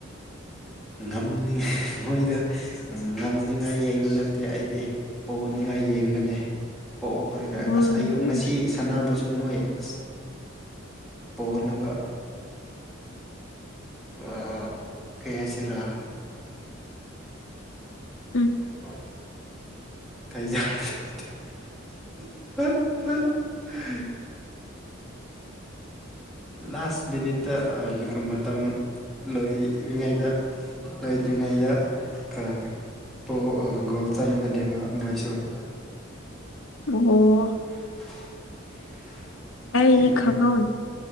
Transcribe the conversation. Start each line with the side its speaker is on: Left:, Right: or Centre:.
Centre: ꯉꯝꯅꯤꯡꯉꯥꯏ ꯃꯣꯏꯗ ꯉꯝꯅꯤꯡꯉꯥꯏ ꯌꯦꯡꯕ ꯅꯠꯇꯦ ꯑꯩꯗꯤ ꯫ ꯄꯣꯅꯤꯡꯉꯥꯏ ꯌꯦꯡꯕꯅꯦ ꯄꯣꯑꯣ ꯍꯥꯏꯅ
Left: ꯎꯝ
Centre: ꯑꯁ ꯑꯌꯨꯛ ꯉꯁꯤ ꯁꯥꯟꯅꯕꯁꯨ ꯃꯣꯏ ꯑꯁ ꯄꯣꯍꯟꯅꯕ ꯑꯥ ꯀꯩ ꯍꯥꯏꯁꯤꯔꯥ
Left: ꯎꯝ
Centre: ꯑꯣ <unintelligible> <unintelligible> ꯂꯥꯁ ꯃꯤꯅꯤꯠꯇ ꯑ ꯃꯇꯝ ꯂꯣꯏꯔꯤꯉꯩꯗ ꯂꯩꯗ꯭ꯔꯤꯉꯩꯗ ꯀꯥ ꯄ‌ꯣ ꯑ ꯒꯣꯜ ꯆꯟꯕꯅꯦꯕ ꯃꯣꯏꯁꯨ ꯫
Left: ꯑꯣ
Centre: <inaudible>
Left: ꯑꯩꯗꯤ
Centre: ꯇꯤꯝ
Left: ꯈꯪꯍꯧ